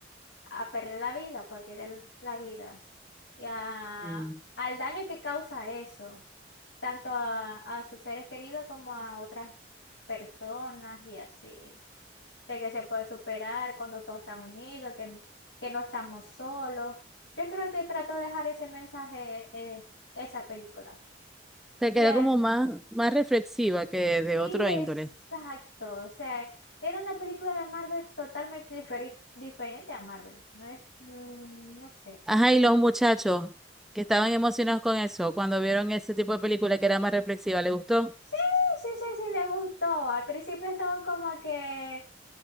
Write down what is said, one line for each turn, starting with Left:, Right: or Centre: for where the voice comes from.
Left: a perder la vida, para querer la vida, y a-
Centre: Mm.
Left: al daño que causa eso, tanto a, a sus seres queridos como a otras personas y así, de que se puede superar cuando todos están unidos, que, n- que no estamos solos. Yo creo que trato de dejar ese mensaje, eh, esa película.
Centre: Te
Left: Y
Centre: queda
Left: eh,
Centre: como más, más reflexiva que de
Left: Sí,
Centre: otro
Left: exacto.
Centre: índole.
Left: O sea, era una película de Marvel totalmente diferi- diferente a Marvel. No es, mm, no sé.
Centre: Ajá, y
Left: Eh,
Centre: los muchachos que estaban emocionados con eso, cuando vieron ese tipo de película que era más reflexiva, ¿les gustó?
Left: Sí, sí, sí, sí, le gustó. Al principio estaban como que,